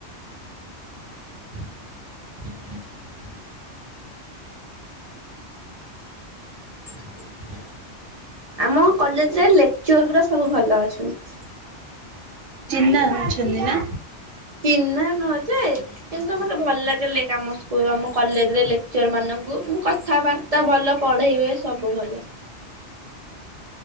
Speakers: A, on the right; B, on the right.
A: <inaudible> <inaudible> ଆମ କଲେଜରେ ଲେକ୍ଚର ଗୁରା ସବୁ ଭଲ ଅଛନ୍ତି।
B: ଚିହ୍ନା ଅଛନ୍ତି ନା?
A: ଚିହ୍ନା ନୁହଁ ଯେ, କିନ୍ତୁ ମତେ ଭଲ ଲାଗିଲେ କାମ <unintelligible> ଆମ। କଲେଜରେ ଲେକ୍ଚର ମାନଙ୍କୁ, ମୁଁ କଥାବାର୍ତ୍ତା ଭଲ ପଢେଇବେ ସବୁ ଭଲ।